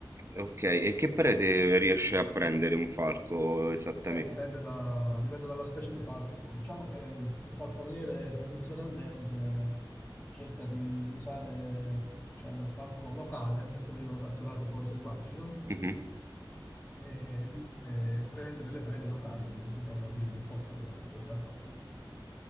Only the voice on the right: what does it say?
ok, e che prede riesce a prendere un falco esattamente?
Mhm.